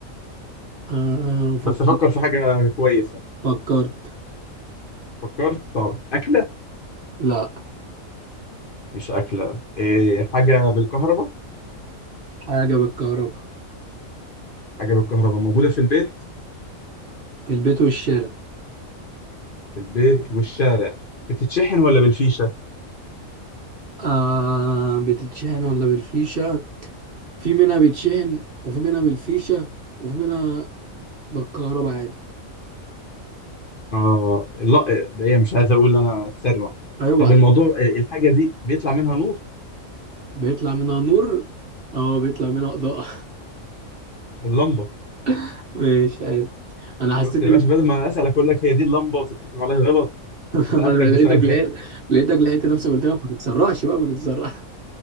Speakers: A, on the right; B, on the left.
A: آه فكرت
B: بس افكر في حاجة كويسة
A: فكرت
B: فكرت طب اكلة
A: لا
B: مش اكلة إيه حاجة بالكهرباء
A: حاجة بالكهرباء
B: حاجة بالكهرباء موجودة في البيت
A: في البيت والشارع
B: في البيت والشارع بتتشحن ولا بالفيشة
A: آه بتتشحن ولا بالفيشة في منها بيتشحن وفي منها بالفيشة وفي منها بالكهرباء عادي
B: اه لا ده إيه، مش عايز اقول انا اتسرع
A: ايوه
B: طب
A: عادي.
B: الموضوع آه، الحاجة دي بيطلع منها نور
A: بيطلع منها نور اه بيطلع منها اضاءة
B: اللمبة
A: <laughs> مش عارف انا حسيت
B: شفت يا
A: ال...
B: باشا بدل ما اسالك اقول لك هي دي اللمبة وتتحسب عليها غلط
A: <laughs>
B: سالتك
A: ما انا لقيتك
B: بسؤال ذكي
A: لقيت لقيتك لقيت نفسك قلت لك ما تتسرعش بقى ما تتسرعش